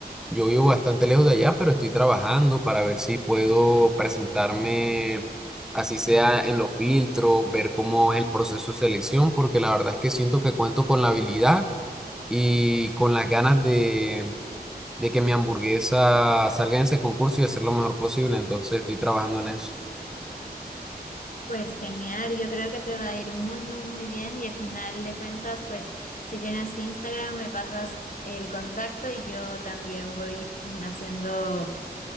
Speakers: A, in the centre; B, on the left.
A: Yo vivo bastante lejos de allá, pero estoy trabajando para ver si puedo presentarme, así sea en los filtros, ver cómo es el proceso de selección, porque la verdad es que siento que cuento con la habilidad y con las ganas de, de que mi hamburguesa salga en ese concurso y hacer lo mejor posible. Entonces estoy trabajando en eso.
B: Pues genial, yo creo que te va a ir muy, muy, muy bien y al final de cuentas, pues si tienes Instagram me pasas el contacto y yo también voy haciendo